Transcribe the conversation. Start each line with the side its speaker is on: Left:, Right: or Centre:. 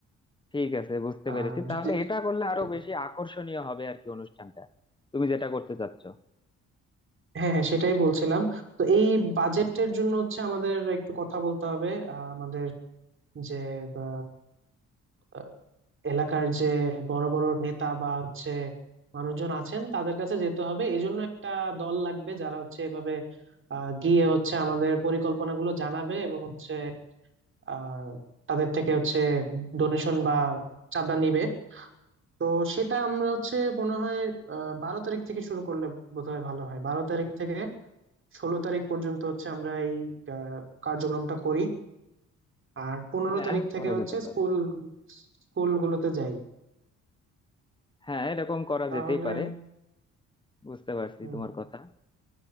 Left: ঠিক আছে বুঝতে
Right: আর
Left: পেরেছি তাহলে
Right: যদি
Left: এটা করলে আরো
Right: ঠিক
Left: বেশি
Right: আছে।
Left: আকর্ষণীয় হবে আর কি অনুষ্ঠানটা তুমি যেটা করতে চাচ্ছ
Right: হ্যাঁ হ্যাঁ সেটাই বলছিলাম তো এই বাজেটের জন্য হচ্ছে আমাদের একটু কথা বলতে হবে আহ, আমাদের যে আহ, আহ, এলাকার যে বড় বড় নেতা বা হচ্ছে মানুষজন আছেন তাদের কাছে যেতে হবে এই জন্য একটা দল লাগবে যারা হচ্ছে এভাবে আহ, গিয়ে হচ্ছে আমাদের পরিকল্পনাগুলো জানাবে এবং হচ্ছে আহ তাদের থেকে হচ্ছে ডোনেশন বা চাঁদা নিবে তো সেটা আমরা হচ্ছে মনে হয় আহ বারো তারিখ থেকে শুরু করলে বোধহয় ভালো হয় বারো তারিখ থেকে ষোলো তারিখ পর্যন্ত হচ্ছে আমরা এই আহ, কার্যক্রমটা করি আর পনেরো
Left: হ্যাঁ
Right: তারিখ থেকে
Left: করা
Right: হচ্ছে
Left: যেতে পারে
Right: স্কুল স্কুলগুলোতে যাই
Left: হ্যাঁ এরকম করা
Right: তাহলে
Left: যেতেই পারে বুঝতে পারছি
Right: হুম,
Left: তোমার কথা